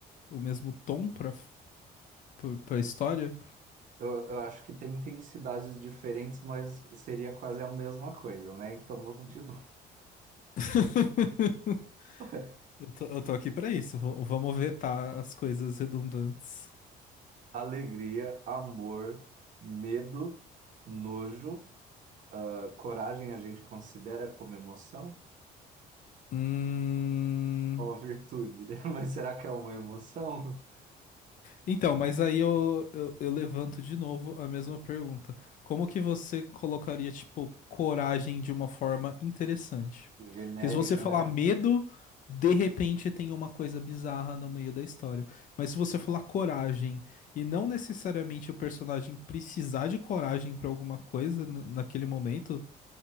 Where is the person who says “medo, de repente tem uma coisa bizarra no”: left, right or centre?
Left